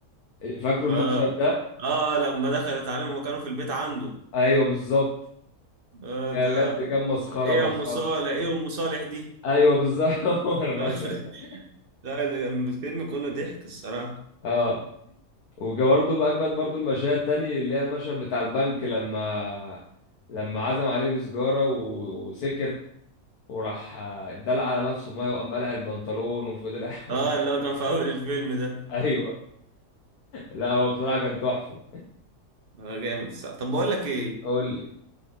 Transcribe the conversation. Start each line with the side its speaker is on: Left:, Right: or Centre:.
Left: فاكروا
Right: اه
Left: المشهد ده
Right: اه لما دخلت عليهم لما كانوا في البيت عنده
Left: ايوه بالظبط
Right: اه
Left: آه،
Right: ده
Left: بجد كان مسخره
Right: إيه
Left: مسخره
Right: يا أم صالح إيه أم صالح دي
Left: ايوه بالظبط <laughs> هو المشهد
Right: <laughs>
Left: ده
Right: لا اللي كان الفيلم كله ضحك الصراحة
Left: اه وبرده باجمد برده المشاهد تاني اللي هي المشهد بتاع البنك لما لما عزم عليه بسجاره و- وسكر وراح آه، اتدلع على نفسه ميه وقام قلع البنطلون وفضل قاعد <laughs>
Right: اه
Left: من المكتب
Right: اللي هو كان في أول الفيلم ده
Left: ايوه لا هو بصراحه كان تحفه
Right: اه جامد الصراحة طب بقول لك إيه
Left: قول لي